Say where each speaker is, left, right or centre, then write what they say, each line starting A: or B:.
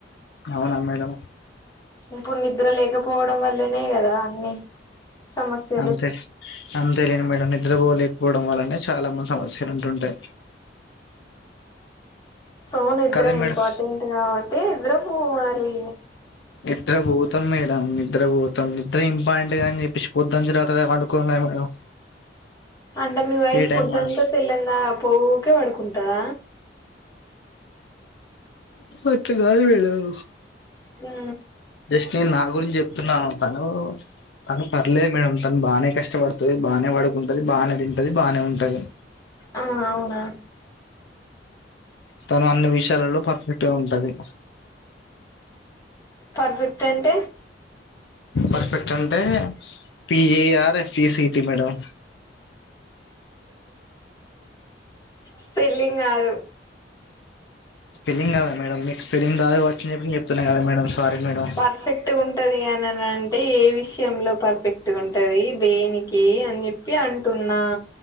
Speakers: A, on the left (about 75°); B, on the left (about 20°).
A: అవునా మేడం
B: ఇప్పుడు నిద్ర లేకపోవడం వల్లనే కదా అన్ని సమస్యలు
A: అంతే అంతేలేంది మేడం నిద్ర పోలేకపోవడం వల్లనే చాలా మంది సమస్యలు ఉంటుంటాయి
B: సో నిద్ర
A: కదే మేడం
B: ఇంపార్టెంట్ కాబట్టి నిద్ర పోవాలి
A: నిద్ర పోతాం మేడం నిద్ర పోతాం నిద్ర ఇంపార్టెంట్గా అని చెప్పించిపోద్దుని తరువాత పండుకోలేం కదా
B: అంటే మీ వైఫ్
A: ఏ టైం
B: పొద్దంతా
A: మనం
B: తె ఇల్ంద పో ఒకఖే పడుకుంటాద
A: అట్లా కాదు మేడం
B: హ
A: జస్ట్ నేను నా గురించి చెప్తున్నాను తను తను పర్లేదు మేడం తను బాగానే కష్టపడుతుంది బాగానే పడుకుంటది బాగానే తింటది బాగానే ఉంటది
B: ఆ అవునా
A: తను అన్ని విషయాలలో పర్ఫెక్ట్ గా ఉంటది
B: పర్ఫెక్ట్ అంటే
A: పర్ఫెక్ట్ అంటే P A R F E C T madam
B: spelling కాదు
A: స్పెలింగ్ కదా మేడం మీకు స్పెలింగ్ రాదా వర్క్న్ చెప్పి చెప్తున్నాను కదా మేడం సారీ మేడం
B: పర్ఫెక్ట్ ఉంటది అనిని అంటే ఏవి విషయంలో పర్ఫెక్ట్గా ఉంటది దేనికి అని చెప్పి అంటున్నా